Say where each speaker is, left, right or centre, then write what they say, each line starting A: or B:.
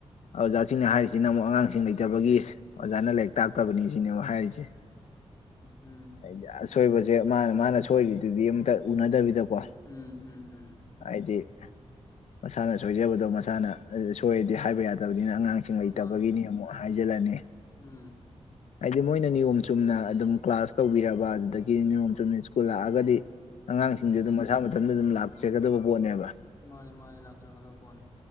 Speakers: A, on the left; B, on the left.
A: ꯑꯣꯖꯥꯁꯤꯡꯅ ꯍꯥꯏꯔꯤꯁꯤꯅ ꯑꯃꯨꯛ ꯑꯉꯥꯡꯁꯤꯡ ꯂꯩꯇꯕꯒꯤ ꯑꯣꯖꯥꯅ ꯂꯥꯏꯔꯤꯛ ꯇꯥꯛꯇꯕꯅꯤ ꯁꯤꯅꯦꯕ ꯍꯥꯏꯔꯤꯁꯦ
B: ꯎꯝ
A: ꯍꯥꯏꯗꯤ ꯑꯁꯣꯏꯕꯁꯦ ꯃꯥꯅ ꯃꯥꯅ ꯑꯁꯣꯏꯔꯤꯗꯨꯗꯤ ꯑꯝꯇ ꯎꯅꯗꯕꯤꯗꯀꯣ
B: ꯎꯝ ꯎꯝ ꯎꯝ
A: ꯍꯥꯏꯗꯤ ꯃꯁꯥꯅ ꯁꯣꯏꯖꯕꯗꯣ ꯃꯁꯥꯅ ꯁꯣꯏꯔꯗꯤ ꯍꯥꯏꯕ ꯌꯥꯗꯕꯅꯤꯅ ꯑꯉꯥꯡꯁꯤꯡ ꯁꯤꯡ ꯂꯩꯇꯕꯒꯤꯅꯤ
B: ꯃꯥꯅꯦ
A: ꯑꯃꯨꯛ ꯍꯥꯏꯖꯤꯜꯂꯅꯤ
B: ꯎꯝ
A: ꯍꯥꯏꯗꯤ ꯃꯣꯏꯅ ꯅꯤꯌꯣꯝ ꯆꯨꯝꯅ ꯑꯗꯨꯝ ꯀ꯭ꯂꯥꯁ ꯇꯧꯕꯤꯔꯕ ꯑꯗꯨꯗꯒꯤ ꯅꯤꯌꯣꯝ ꯆꯨꯝꯅ ꯁ꯭ꯀꯨꯜ ꯂꯥꯛꯑꯒꯗꯤ ꯑꯉꯥꯡꯁꯤꯡꯁꯦ
B: ꯎꯝ
A: ꯑꯗꯨꯝ ꯃꯁꯥ ꯃꯊꯟꯇ ꯑꯗꯨꯝ ꯂꯥꯛꯆꯒꯗꯕ ꯄꯣꯠꯅꯦꯕ
B: ꯃꯥꯅꯦ ꯃꯥꯅꯦ ꯂꯥꯛꯆꯒꯗꯕ ꯐꯣꯅꯤ